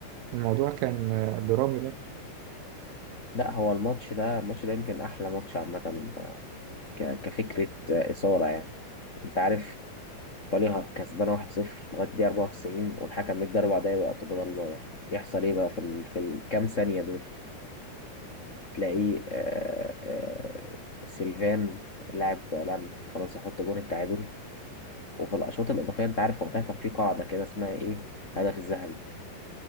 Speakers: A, on the right; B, on the left.
A: الموضوع كان آه، درامي لا
B: لا هو الماتش ده الماتش ده يمكن أحلى ماتش عامة آه، ك- كفكرة آه، إثارة يعني أنت عارف إيطاليا كسبانة 1-0 لغاية دقيقة 94 والحكم مدي أربع دقايق وقت بدل ضايع يحصل إيه بقى في ال... في الكام ثانية دول تلاقي آه، آه، سيلفان لاعب لاعب فرنسا حط جون التعادل وفي الاشواط الاضافيه انت عارف وقتها كان في قاعده كده اسمها ايه هدف الذهبي